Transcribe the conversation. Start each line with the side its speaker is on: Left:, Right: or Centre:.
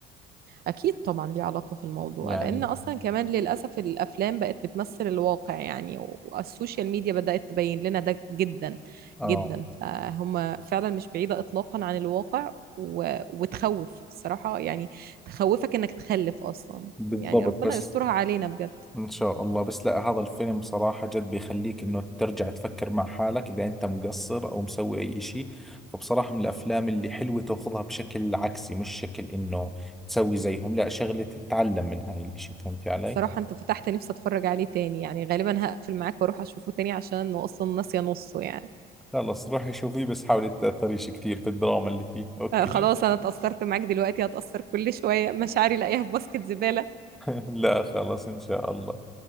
Right: أكيد طبعا ليه علاقة في الموضوع
Centre: يعني
Right: لأن أصلا كمان للأسف الأفلام بقت بتمثل الواقع يعني والسوشيال ميديا بدأت تبين لنا ده جدا
Centre: آه
Right: جدا فهم فعلا مش بعيدة إطلاقا عن الواقع و... وتخوف الصراحة يعني تخوفك إنك تخلف أصلا
Centre: بالضبط
Right: يعني ربنا
Centre: بس
Right: يسترها علينا بجد
Centre: ان شاء الله بس لا هذا الفيلم بصراحة جد بيخليك انه ترجع تفكر مع حالك اذا انت مقصر او مسوي اي اشي فبصراحة من الافلام اللي حلوة تاخذها بشكل عكسي مش شكل انه تسوي زيهم لا شغلة تتعلم من هاي الاشي فهمتي علي
Right: صراحة أنت فتحت نفسي أتفرج عليه تاني يعني غالبا هقفل معاك وأروح أشوفه تاني عشان أنا أصلا ناسية نصه يعني
Centre: خلص روحي شوفيه بس حاولي تتأثريش كثير في الدراما اللي فيه اوكي
Right: آه، خلاص أنا اتأثرت معاك دلوقتي هتأثر كل شوية مشاعري لاقيها في باسكت زبالة
Centre: <laughs> لا خلص ان شاء الله